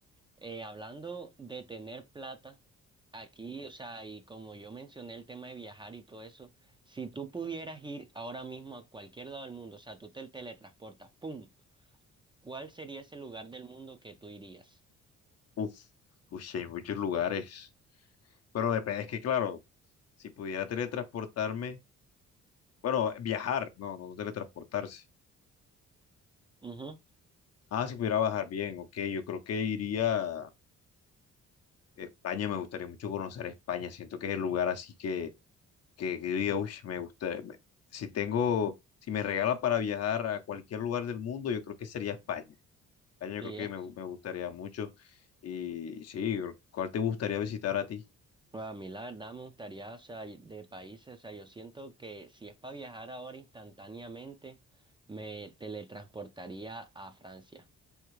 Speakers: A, on the right; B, on the left.
A: eh, hablando de tener plata, aquí, o sea, y como yo mencioné el tema de viajar y todo eso, si tú pudieras ir ahora mismo a cualquier lado del mundo, o sea, tú te teletransportas, ¡pum! ¿Cuál sería ese lugar del mundo que tú irías?
B: Uf, uy, sí, hay muchos lugares. Pero depende, es que claro, si pudiera teletransportarme, bueno, viajar, no, no teletransportarse.
A: Ujú,
B: Ah, si pudiera bajar bien, ok, yo creo que iría a España, me gustaría mucho conocer España, siento que es el lugar así que, que, que yo diga, "Ush, me gusta, me- si tengo, si me regalan para viajar a cualquier lugar del mundo, yo creo que sería España. España yo
A: sí,
B: creo que
A: es-
B: me, gu- me gustaría mucho. Y sí, ¿cuál te gustaría visitar a ti?
A: Pues a mí la verdad me gustaría, o sea, y- de países, o sea, yo siento que si es para viajar ahora instantáneamente, me teletransportaría a Francia